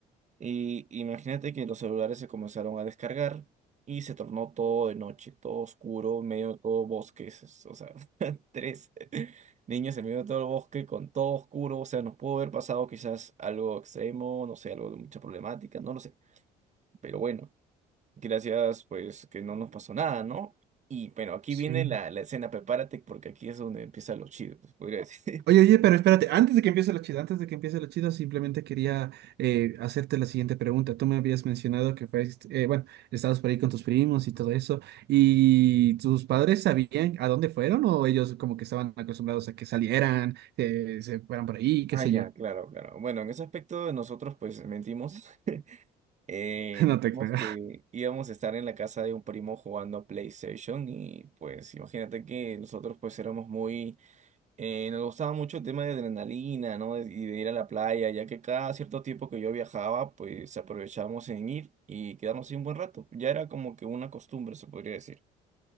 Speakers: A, on the right; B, on the right.
A: Y imagínate que los celulares se comenzaron a descargar y se tornó todo de noche, todo oscuro, en medio de todo bosque. es- es- O sea, <laughs> tres <laughs> niños en medio de todo el bosque con todo oscuro. O sea, nos pudo haber pasado quizás algo extremo, no sé, algo de mucha problemática, no lo sé. Pero bueno. Gracias, pues que no nos pasó nada, ¿no? Y pero aquí
B: sí.
A: viene la, la escena, prepárate porque aquí es donde empiezan los chidos, podría decir. <laughs>
B: Oye, oye, pero espérate, antes de que empiece lo chido, antes de que empiece lo chido, simplemente quería eh, hacerte la siguiente pregunta. Tú me habías mencionado que fuiste, eh, bueno, estabas por ahí con tus primos y todo eso, ¿y tus padres sabían a dónde fueron o ellos como que estaban acostumbrados a que salieran, eh, se fueran por ahí, qué
A: Ah,
B: sé
A: ya,
B: yo?
A: claro, claro. Bueno, en ese aspecto nosotros pues mentimos. <laughs> Eh,
B: <laughs> No
A: dijimos
B: te creo.
A: que íbamos a estar en la casa de un primo jugando a PlayStation y pues imagínate que nosotros pues éramos muy Eh, nos gustaba mucho el tema de adrenalina, ¿no? de- Y de ir a la playa, ya que cada cierto tiempo que yo viajaba, pues aprovechábamos en ir y quedarnos ahí un buen rato. Ya era como que una costumbre, se podría decir.